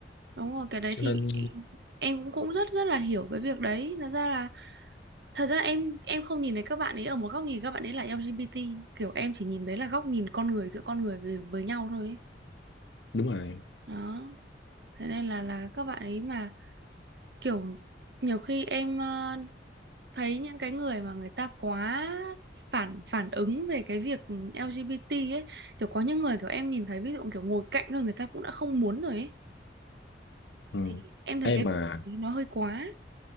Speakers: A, on the right (about 70°); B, on the left (about 85°).
A: đúng rồi cái đấy
B: cho
A: thì
B: nên
A: em cũng cũng rất rất là hiểu cái việc đấy thật ra là thật ra em em không nhìn thấy các bạn ấy ở một góc nhìn các bạn ấy là LGBT kiểu em chỉ nhìn đấy là góc nhìn con người giữa con người với, với nhau thôi ấy.
B: đúng rồi
A: đó thế nên là là các bạn ấy mà kiểu nhiều khi em ờ, thấy những cái người mà người ta quá phản phản ứng về cái việc LGBT ấy kiểu có những người kiểu em nhìn thấy ví dụ kiểu ngồi cạnh rồi người ta cũng đã không muốn rồi ấy
B: ừ.
A: thì em thấy
B: Ê
A: cái
B: mà
A: việc nó hơi quá